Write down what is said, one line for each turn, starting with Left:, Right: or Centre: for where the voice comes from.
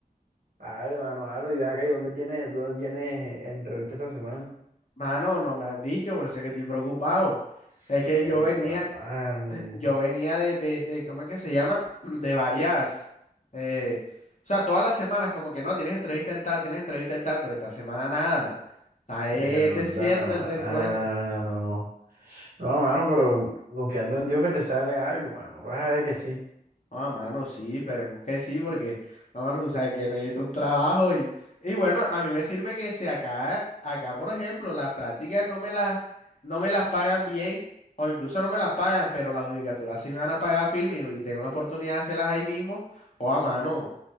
Right: Dale, mano, dale, y ve acá, ¿y dónde tienes, dónde tienes entrevista esta semana?
Left: Mano, no me han dicho, por eso es que estoy preocupado.
Right: Cerda,
Left: Es que yo venía,
Right: mano.
Left: yo venía de, de, de- ¿cómo es que se llama? <clears throat> De varias. eh, o sea, todas las semanas, como que no, tienes entrevista en tal, tienes entrevista en tal, pero esta semana nada. Está
Right: De
Left: eh, desierto
Right: mano.
Left: el, el cuento.
Right: No, mano, pero confiando en Dios que te sale algo, mano. Vas a ver que sí.
Left: Ah, mano, sí, esperemos que sí, porque, no, mano, tú sabes que necesito un trabajo y, y bueno, a mí me sirve que si acá, acá, por ejemplo, las prácticas no me las, no me las pagan bien, o incluso no me las pagan, pero las judicaturas sí me van a pagar firme y y tengo la oportunidad de hacerlas ahí mismo, o a mano,